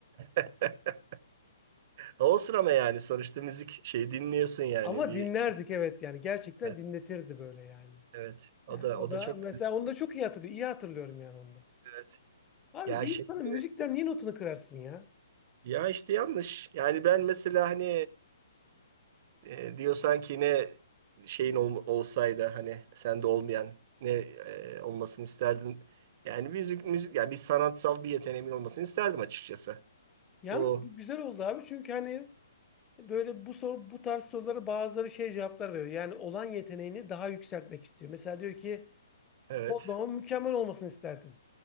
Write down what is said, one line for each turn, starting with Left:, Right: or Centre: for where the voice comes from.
Right: <laughs> Olsun ama yani sonuçta müzik şey dinliyorsun yani
Left: Ama
Right: bir
Left: dinlerdik evet yani gerçekten
Right: evet,
Left: dinletirdi böyle yani.
Right: evet. O
Left: Yani
Right: da
Left: o
Right: o
Left: da
Right: da çok
Left: mesela
Right: güzel.
Left: onu da çok iyi hatırlıyor. İyi hatırlıyorum yani onu da.
Right: Evet.
Left: Abi
Right: Ya
Left: bir
Right: şimdi
Left: insanın müzikten niye notunu kırarsın ya?
Right: ya işte yanlış. Yani ben mesela hani E, diyorsan ki ne şeyin ol- olsaydı hani sende olmayan ne e, olmasını isterdin? Yani müzik müzik yani bir sanatsal bir yeteneğimin olmasını isterdim açıkçası.
Left: Yalnız
Right: Bu
Left: bu güzel oldu abi çünkü hani böyle bu soru bu tarz sorulara bazıları şey cevaplar veriyor. Yani olan yeteneğini daha yükseltmek istiyor. Mesela diyor ki
Right: evet
Left: Kodlamamın mükemmel olmasını isterdim.